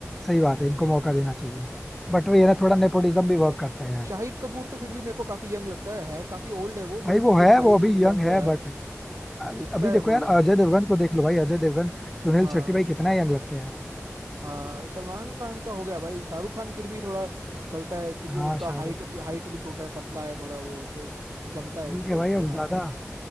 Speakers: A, in the centre; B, on the right.
A: सही बात है इनको मौका देना चाहिए बट वो ये ना थोड़ा नेपोटिज्म भी
B: तो क्या
A: वर्क करता है यार
B: शाहिद कपूर तो फिर भी मेरे को काफी यंग लगता है है काफी ओल्ड है वो
A: भाई
B: बट स्टिल
A: वो है
B: भाई
A: वो अभी
B: वो यंग
A: यंग
B: है
A: है
B: यार
A: बट अभी
B: दिखता है
A: देखो
B: वो
A: यार
B: यंग
A: अजय देवगन को देख लो भाई अजय देवगन सुनील
B: हाँ
A: शेट्टी भाई कितना यंग लगते हैं
B: हाँ सलमान खान का हो गया भाई शाहरुख खान फिर भी थोड़ा चलता है क्योंकि
A: हाँ
B: उसका
A: शाहरुख
B: हाइट हाइट भी छोटा है पतला है थोड़ा वो तो जमता है
A: कपूर।
B: उसको
A: ठीक है भाई
B: कि
A: अब
B: हाँ
A: ज्यादा